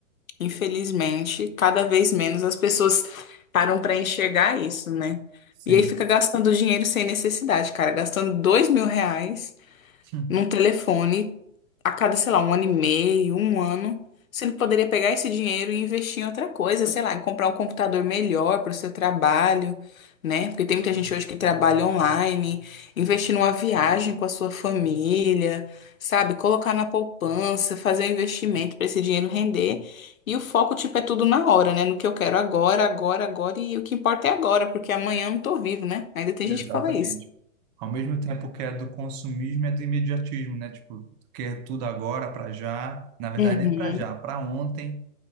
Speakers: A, on the left; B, on the right.
A: infelizmente, cada vez menos as pessoas param pra enxergar isso, né?
B: Sim,
A: E aí fica gastando dinheiro sem necessidade, cara. Gastando dois mil reais
B: <laughs>
A: num telefone a cada, sei lá, um ano e meio, um ano, sendo que poderia pegar esse dinheiro e investir em outra coisa, sei lá, em comprar um computador melhor para o seu trabalho, né? Porque tem muita gente hoje que trabalha online, investir numa viagem com a sua família, sabe? Colocar na poupança, fazer um investimento para esse dinheiro render. E o foco, tipo, é tudo na hora, né? No que eu quero agora, agora, agora, e o que importa é agora, porque amanhã eu não tô vivo, né? Ainda tem
B: exatamente.
A: gente que fala isso.
B: Ao mesmo tempo que é do consumismo, é do imediatismo, né? Tipo, quer tudo agora, para já. Na verdade,
A: Uhum,
B: nem para já, para ontem.